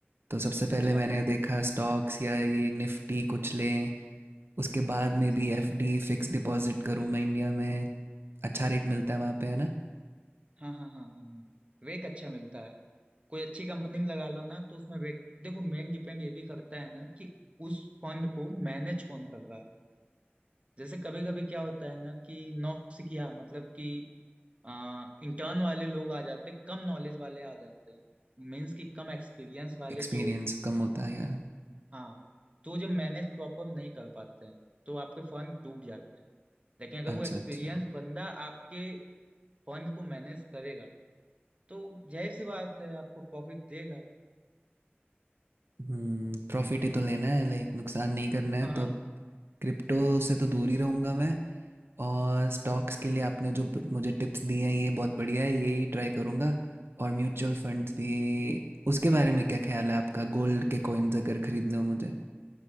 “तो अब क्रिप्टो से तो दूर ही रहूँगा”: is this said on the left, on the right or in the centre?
Right